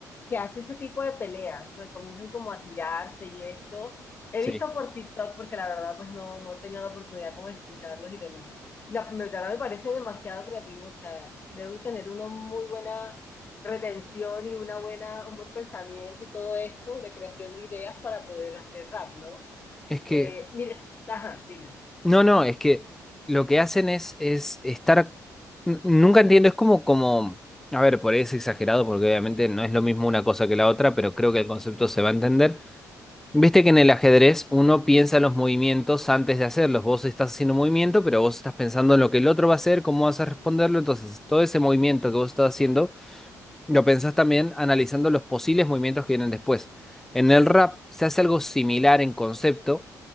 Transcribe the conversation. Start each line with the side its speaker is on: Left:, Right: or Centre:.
Left: que hace ese tipo de peleas, donde comienzan como a tirarse y esto. He
Centre: sí.
Left: visto por TikTok porque la verdad pues no, no he tenido la oportunidad como de escucharlos y demás. Y la me, la verdad me parece demasiado creativo, o sea, debe tener una muy buena retención y una buena, un buen pensamiento y todo esto de creación de ideas para poder hacer rap, ¿no?
Centre: Es que
Left: Eh, mira, ajá, dime.
Centre: No, no, es que lo que hacen es, es estar. n- Nunca entiendo, es como, como. A ver, por ahí es exagerado, porque obviamente no es lo mismo una cosa que la otra, pero creo que el concepto se va a entender. Viste que en el ajedrez uno piensa los movimientos antes de hacerlos. Vos estás haciendo un movimiento, pero vos estás pensando en lo que el otro va a hacer, cómo vas a responderlo. Entonces, todo ese movimiento que vos estás haciendo lo pensás también analizando los posibles movimientos que vienen después. En el rap se hace algo similar en concepto,